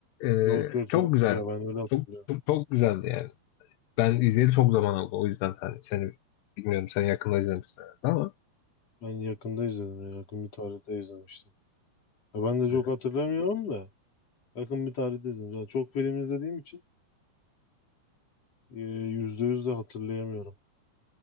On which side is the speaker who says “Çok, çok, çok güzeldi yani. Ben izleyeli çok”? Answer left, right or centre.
Left